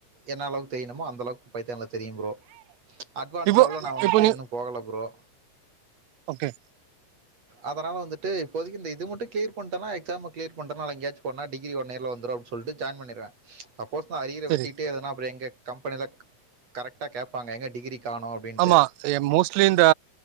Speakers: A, on the right; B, on the right.
A: என்ன அளவுக் தெரிய்ணுமோ அந் ஒரளவுக்கு பைத்தான்ல தெரியு ப்ரோ அட்வான்ஸ்
B: இப்போ
A: லெவல்ல நா வந்துட்டு
B: இப்போ நீ
A: இன்னு போகல ப்ரோ
B: ஓகே
A: அதனால வந்துட்டு இப்போதக்கு இந் இது மட்டு கிளியர் பன்னிட்டனா எக்ஸாம கிளியர் பன்னிட்டனா எங்கயாச்சு போன டிகிரி ஒன் நேர்ல வந்துரு சொல்லிட்டு ஜாயின் பன்னிருவ சப்போஸ் நா அரியரா
B: சரி
A: வச்சிட்டே எதன அப்போற எங்க கம்பெனில கரெட்டா கேப்பாங்க எங்க டிகிரி காணோம் அப்படின்ட்டு
B: ஆமா மோஸ்ட்லி இந்த